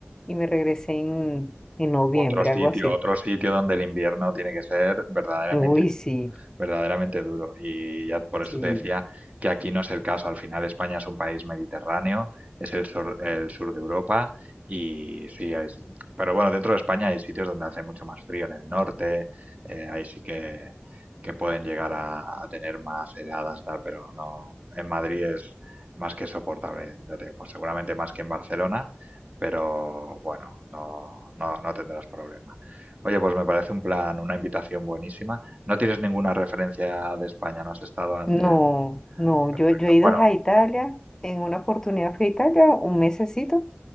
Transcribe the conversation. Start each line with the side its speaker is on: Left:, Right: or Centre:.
Left: y me regresé en, en noviembre,
Right: Otro sitio,
Left: algo así.
Right: otro sitio donde el invierno tiene que ser verdaderamente
Left: Uy, sí,
Right: verdaderamente duro. Y ya por
Left: sí.
Right: eso te decía que aquí no es el caso. Al final España es un país mediterráneo, es el sur, el sur de Europa y sí, es pero bueno, dentro de España hay sitios donde hace mucho más frío, en el norte, eh, ahí sí que, que pueden llegar a, a tener más heladas y tal, pero no, en Madrid es más que soportable, ya te digo, pues seguramente más que en Barcelona, pero bueno, no, no, no tendrás problema. Oye, pues me parece un plan, una invitación buenísima. No tienes ninguna referencia de España, no has estado antes.
Left: No, no,
Right: Perfecto.
Left: yo, yo he ido
Right: Bueno,
Left: a Italia, en una oportunidad fui a Italia un mesecito